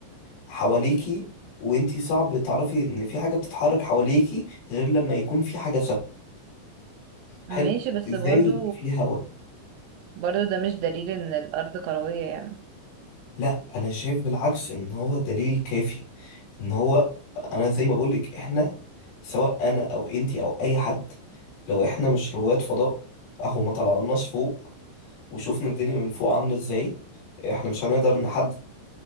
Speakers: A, on the left; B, on the right.
A: حواليكي وانتي صعب تعرفي ان في حاجه بتتحرك حواليكي غير لما يكون في حاجه ثابته
B: ماشي
A: حلو
B: بس
A: ازاي
B: برضو
A: في هوا
B: برضو ده مش دليل ان الارض كروية يعني
A: لا انا شايف بالعكس ان هو دليل كافي ان هو انا زي ما بقولك احنا سواء انا او انتي او اي حد لو احنا مش رواد فضاء اهو ما طلعناش فوق وشوفنا الدنيا من فوق عاملة ازاي احنا مش هنقدر نحدد